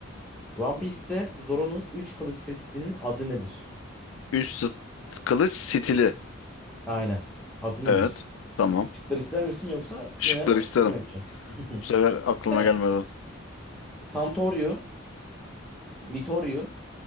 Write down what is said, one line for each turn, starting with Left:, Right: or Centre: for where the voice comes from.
Centre: One Piece'te Zoro'nun üç kılıç setinin adı nedir?
Left: Üç sıt kılıç stili.
Centre: Aynen. Adı nedir?
Left: Evet. Tamam.
Centre: Şıkları ister misin yoksa
Left: Şıkları
Centre: yine
Left: isterim.
Centre: şey mi yapacaksın? <laughs>
Left: Bu sefer aklıma
Centre: Evet.
Left: gelmedi.
Centre: Santorio, Nitorio,